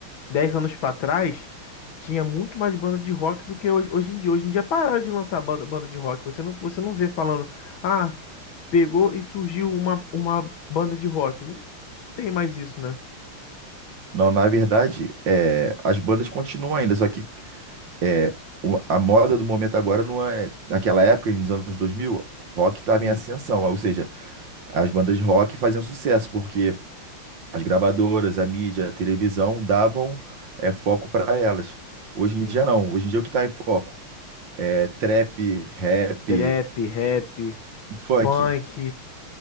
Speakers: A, on the left (about 70°); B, on the right (about 60°).
A: 10 anos pra trás tinha muito mais banda de rock do que hoje, hoje em dia. Hoje em dia pararam de lançar banda, banda de rock. Você não, você não vê falando, ah, pegou e surgiu uma, uma banda de rock. Não tem mais isso, né?
B: Não, na verdade, é, as bandas continuam ainda, só que é, o- a moda do momento agora não é. Naquela época, nos anos 2000, rock estava
A: Sim,
B: em ascensão, ou seja, as bandas de rock faziam sucesso, porque as gravadoras, a mídia, a televisão davam é, foco para elas. Hoje
A: sim.
B: em dia não. Hoje em dia o que está em foco é trap, rap
A: Trap, rap,
B: e funk.
A: funk,